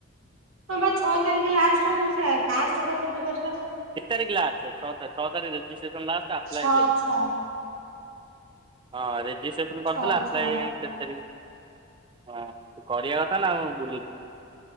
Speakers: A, on the right; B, on the right.
A: ହଁ ବା ଛଅ ତାରିଖ ଲାଷ୍ଟ, ମୁଁ ସେ କାଷ୍ଟ ସାର୍ଟିଫିକେଟ।
B: କେତ ତାରିଖ ଲାଷ୍ଟ, ଛଅ ତାରିକ ଛ ତାରିକ ରେଜଷ୍ଟ୍ରସନ ଲାଷ୍ଟ ଆପ୍ଲାଏ
A: ଛଅ
B: ଦେଖେ।
A: ଛଅ
B: ହଁ ରେଜିଷ୍ଟ୍ରେସନ
A: ଛଅ
B: କରିଥିଲା, ଆପ୍ଲାଇ
A: ଛଅ
B: କେତେ ତାରିଖ ହଁ। କରିବା କଥା, ନା ବୁଲୁଛୁ।